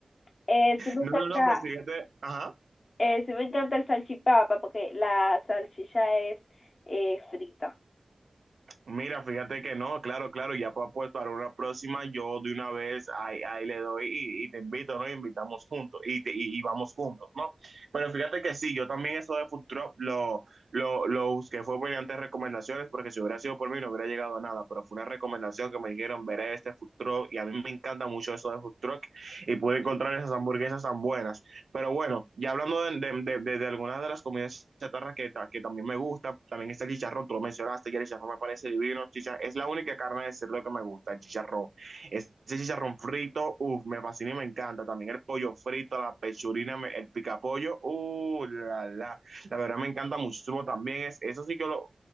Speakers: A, on the left; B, on the right.
A: eh, sí me
B: No,
A: encanta,
B: no, no, pues fíjate, ajá.
A: eh, sí me encanta el salchipapa porque la salchicha es eh, frita.
B: Mira, fíjate que no, claro, claro, ya para pues, para una próxima, yo de una vez ahí, ahí le doy y, y te invito, ¿no? Y Invitamos juntos y, te- y, y vamos juntos, ¿no? Pero fíjate que sí, yo también eso de Food Truck lo, lo, lo busqué, fue mediante recomendaciones, porque si hubiera sido por mí no hubiera llegado a nada, pero fue una recomendación que me dijeron, veré este Food Truck y a mí me encanta mucho eso de Food Truck y pude encontrar esas hamburguesas tan buenas. Pero bueno, ya hablando de, de, de- de- de algunas de las comidas chatarras que, ta- que también me gusta, también está el chicharrón, tú lo mencionaste, que el chicharrón me parece divino, chicha, es la única carne de cerdo que me gusta, el chicharrón. Ese chicharrón frito, uff, me fascina y me encanta. También el pollo frito, la pechurina, me- el picapollo, uh, la, la, la verdad me encanta muchísimo también. Es, eso sí que lo...